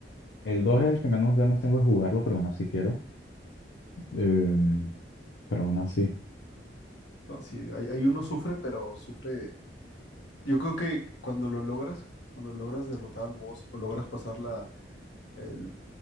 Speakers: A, on the left; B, on the left.
A: El 2 es el que menos ganas tengo de jugarlo, pero aún así quiero. Em, pero aún así,
B: No, sí, hay, hay uno sufre, pero sufre. Yo creo que cuando lo logras, cuando logras derrotar al boss o logras pasar la, el-